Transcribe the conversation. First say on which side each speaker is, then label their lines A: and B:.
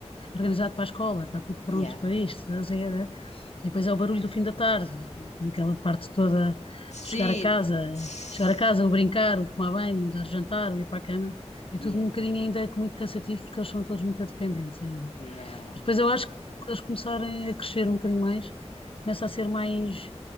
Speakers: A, on the left; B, on the left.
A: organizado para a escola, está tudo
B: Yeah.
A: pronto para isto. estás a ver? E depois é o barulho do fim da tarde, que é aquela parte toda
B: Sim.
A: de chegar a casa,
B: Tss.
A: chegar a casa, o brincar, o tomar banho, o dar jantar, o ir para a cama. É
B: Yeah.
A: tudo um bocadinho ainda muito cansativo porque eles são todos muito dependentes ainda.
B: Yeah.
A: Depois eu acho que quando eles começarem a crescer um bocadinho mais, começa a ser mais,